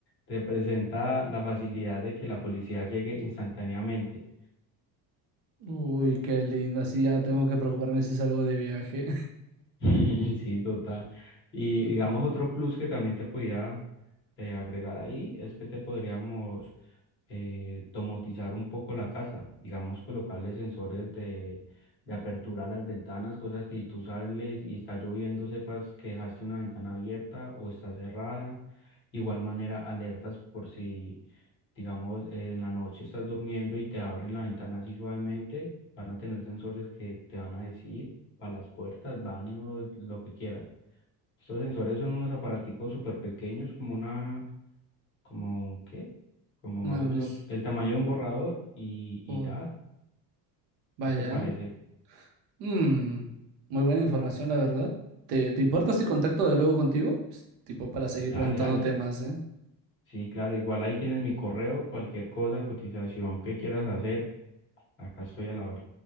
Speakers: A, on the left; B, on the right.
A: se presenta la facilidad de que la policía llegue instantáneamente.
B: Uy, qué lindo, así ya no tengo que preocuparme si salgo de viaje.
A: <laughs> Sí, total. Y
B: <laughs>
A: digamos otro plus que también te podía eh, agregar ahí es que te podríamos eh, domotizar un poco la casa, digamos, colocarle sensores de, de apertura a las ventanas, cosa que si tú sales y está lloviendo, sepas que dejaste una ventana abierta o está cerrada. Igual manera, alertas por si, digamos, en la noche estás durmiendo y te abren la ventana así suavemente, van a tener sensores que te van a decir para las puertas, baños, lo que quieras. Estos sensores son unos aparaticos súper pequeños, como una como, ¿qué? Como
B: Una
A: más o menos
B: vez,
A: el tamaño de un borrador y, y
B: oh,
A: ya,
B: vaya.
A: ¿qué te parece?
B: Mm, muy buena información, la verdad. ¿Te, te importa si contacto de luego contigo? Pues, Tipo para seguir
A: Dale,
B: preguntándote
A: dale.
B: más, ¿eh?
A: Sí, claro, igual ahí tienes mi correo, cualquier cosa, cotización que quieras hacer, acá estoy a la hora.